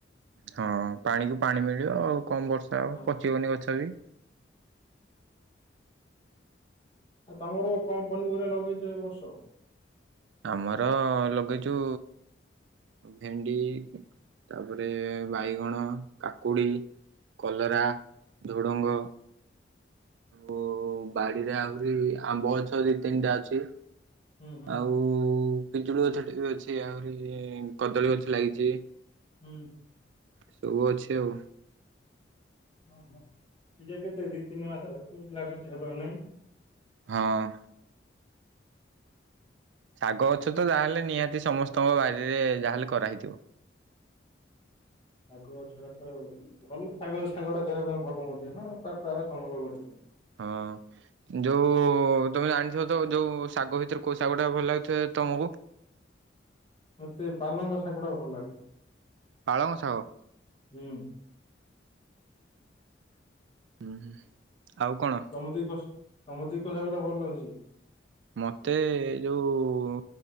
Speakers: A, on the right; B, on the left.
A: ହଁ ପାଣି କୁ ପାଣି ମିଳିବ
B: ହଁ
A: ଆଉ କମ ବର୍ଷା
B: ଆଉ
A: ପଚିବନି ଗଛ ବି।
B: ଆଉ ତମର କଣ ପନିପରିବା ଲଗେଇଛ ଏ ବର୍ଷ?
A: ଆମର ଲଗେଇଚୁ ଭେଣ୍ଡି ତାପରେ ବାଇଗଣ କାକୁଡ଼ି କଲରା ଝୁଡ଼ଙ୍ଗ ଓ ବାଡ଼ିରେ ଆହୁରି ଆମ୍ବଗଛ ଦି ତିନିଟା ଅଛି
B: ହୁଁ ହୁଁ
A: ଆଉ ପିଜୁଳି ଗଛ ଟେ ବି ଅଛି ଆହୁରି କଦଳୀ ଗଛ ଲାଗିଛି।
B: ହୁଁ।
A: ଶବୁ ଅଛି ଆଉ।
B: ଓହୋ ପିଜା କେତେ ଦି ତିନି ମାସ <unintelligible> ଲାଗୁଛି ହବ ନାଇଁ?
A: ହଁ। ଶାଗ ଗଛ ତ ଯାହେଲେ ନିହାତି ସମସ୍ତଙ୍କ ବାରିରେ ଯାହାହେଲେ କରାହେଇଥିବ।
B: ଶାଗ ଗଛରେ ତ ଭଲ ଶାଗ ଶାଗ ଟା ଦେବା ପାଇଁ ଭଲ ମଧ୍ୟ ନା ତା ପ୍ରାୟ <unintelligible> ବଢ଼ିଥାଏ।
A: ହଁ। ଯୋଉ ତମେ ଜାଣିଥିବ ତ ଯୋଉ ଶାଗ ଭିତରେ କୋଉ ଶାଗଟା ଭଲ ଲାଗୁଥିବ ତମକୁ?
B: ମତେ ପାଲଙ୍ଗ ଶାଗୁଡ଼ା ଭଲ ଲାଗେ।
A: ପାଳଙ୍ଗ ସାଗ।
B: ହୁଁ।
A: ହୁଁ ହୁ ଆଉ କଣ?
B: ତମତି କସ୍ ତମତି କୋଉ ଶାଗଟା ଭଲ ଲାଗୁଛି?
A: ମତେ ଏ ଯୋଉ